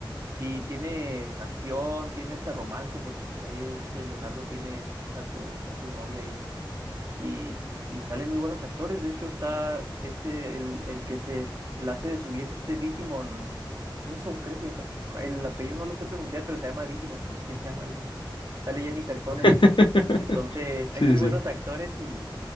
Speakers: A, on the right (about 40°); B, on the left (about 80°).
A: Y tiene acción, tiene este romance, porque pues ahí este Leonardo tiene a su, a su novia ahí. Y, y salen muy buenos actores. De hecho, está este, el, el que se la hace de su guía es este Digimon. Un son, creo que se llama. El apellido no lo sé pronunciar, pero se llama Digimon. Pues, ¿quién se llama Digimon? Sale Jennifer Connelly.
B: <laughs>
A: Entonces,
B: Sí,
A: hay muy buenos
B: sí.
A: actores y,